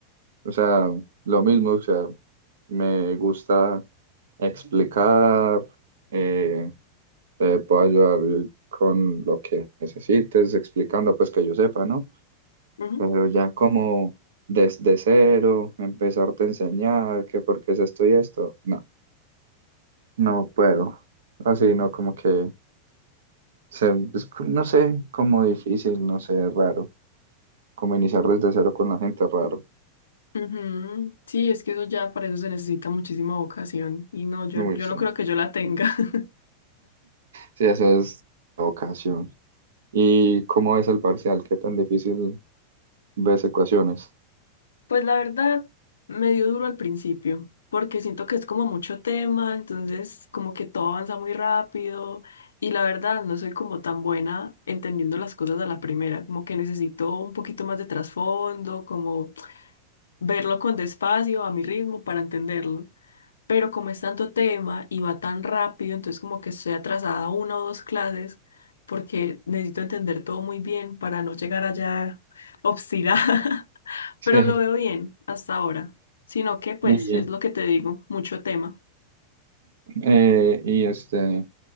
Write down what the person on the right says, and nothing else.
O sea, lo mismo, o sea, me gusta explicar, eh, te puedo ayudar con lo que necesites, explicando pues que yo sepa, ¿no?
Pero ya como desde cero, empezarte a enseñar que por qué es esto y esto, no, no puedo. Así, ¿no? Como que... sea, es co- no sé, como difícil, no sé, raro. Como iniciar desde cero con la gente, raro.
Uy,
sí.
<laughs>
Sí, esa es la ocasión. ¿Y cómo es el parcial? ¿Qué tan difícil ves ecuaciones? <laughs>
Sí.
Y,
eh, y este,